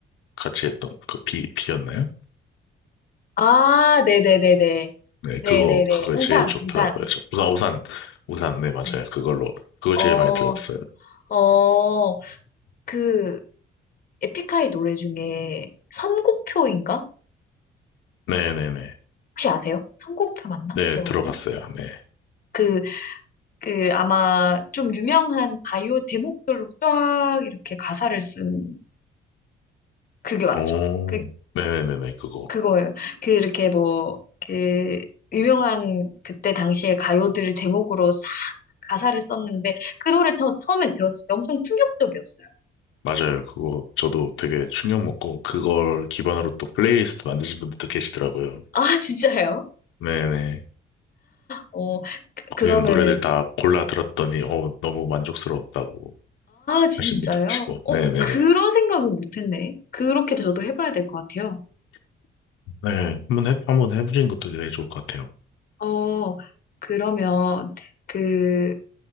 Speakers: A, on the left (about 85°); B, on the left (about 45°).
A: 같이 했던 그 비, 비였나요?
B: 아, 네네네네.
A: 네, 그거
B: 네네네.
A: 그거
B: 우산,
A: 제일 좋더라고요.
B: 우산.
A: 저 우산 우산 우산 네 맞아요.
B: 네.
A: 그걸로 그걸
B: 어,
A: 제일 많이 들었어요.
B: 어, 그, 에픽하이 노래 중에 선곡표인가?
A: 네네네
B: 혹시 아세요? 선곡표 맞나?
A: 네
B: 제목이?
A: 들어봤어요. 네.
B: 그, 그, 아마 좀 유명한 바이오 제목들로 쫙 이렇게 가사를 쓴 그게 맞죠?
A: 오,
B: 그,
A: 네네네네, 그거.
B: 그거예요. 그 이렇게 뭐 그 유명한 그때 당시에 가요들 제목으로 싹 가사를 썼는데 그 노래 저 처음에 들었을 때 엄청 충격적이었어요.
A: 맞아요. 그거 저도 되게 충격 먹고, 그걸 기반으로 또 플레이리스트 만드신 분들도 계시더라고요.
B: 아 <laughs> 진짜요?
A: 네네.
B: 어
A: 거기는
B: 그, 러면은아
A: 노래들 다 골라 들었더니, 어, 너무 만족스러웠다고.
B: 진짜요?
A: 하신 분도 계시고.
B: 어
A: 네네네.
B: 그런 생각은 못했네. 그렇게 저도 해봐야 될 것 같아요.
A: 네. 한번 해, 한번 해보시는 것도 되게 좋을 것 같아요.
B: 어 그러면 그